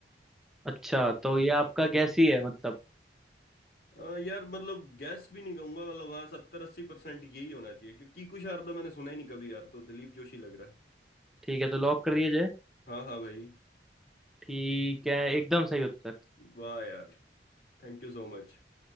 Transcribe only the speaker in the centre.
अच्छा तो ये आपका गैस ही है मतलब
ठीक है तो लॉक कर दिया जाए
ठीक है एकदम सही उत्तर